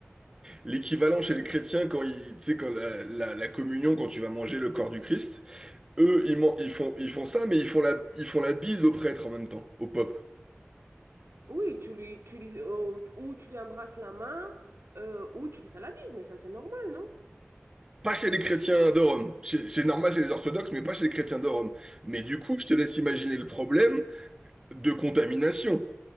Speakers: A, on the right; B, on the right.
A: l'équivalent chez les chrétiens quand ils, tu sais, quand la, la, la communion, quand tu vas manger le corps du Christ, eux, ils, man- ils font, ils font ça, mais ils font la, ils font la bise au prêtre en même temps, au pope.
B: Oui, tu lui, tu lui, euh, ou tu lui embrasses la main, euh, ou tu lui fais la bise, mais ça c'est normal, non?
A: Pas chez les chrétiens de Rome. Chez- C'est normal chez les orthodoxes, mais pas chez les chrétiens de Rome. Mais du coup, je te laisse imaginer le problème de contamination.